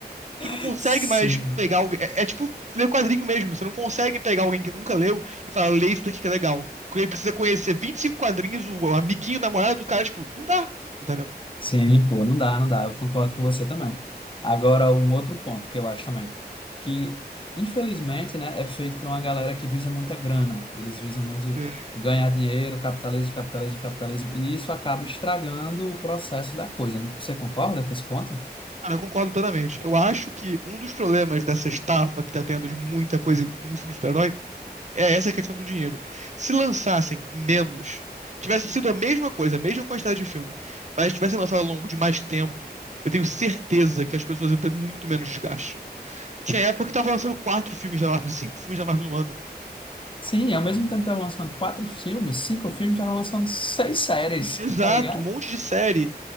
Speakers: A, on the right; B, on the left.
A: tu
B: <laughs>
A: não consegue
B: Sim.
A: mais pegar alguém. É, é tipo ler quadrinho mesmo. Você não consegue pegar alguém que nunca leu e falar, lê isso daqui que é legal. Porque ele precisa conhecer 25 quadrinhos, o amiguinho, o namorado do cara, tipo, não dá. Entendeu?
B: Sim, pô, não dá, não dá. Eu concordo com você também. Agora, um outro ponto que eu acho também, que infelizmente, né, é feito por uma galera que visa muita grana. Eles visam muito
A: É,
B: ganhar dinheiro, capitalismo, capitalismo, capitalismo, e isso acaba estragando o processo da coisa. Você concorda com esse ponto?
A: Cara, eu concordo plenamente. Eu acho que um dos problemas dessa estafa que tá tendo de muita coisa, muito filme de super-herói, é essa questão do dinheiro. Se lançassem menos, tivesse sido a mesma coisa, a mesma quantidade de filme, mas tivesse lançado ao longo de mais tempo, eu tenho certeza que as pessoas iam ter muito menos desgaste. Tinha época que tava lançando quatro filmes da Marvel, cinco filmes da Marvel no ano.
B: Sim, ao mesmo tempo que estavam lançando quatro filmes, cinco filmes, estavam lançando seis séries,
A: Exato,
B: <laughs> tá ligado?
A: um monte de série.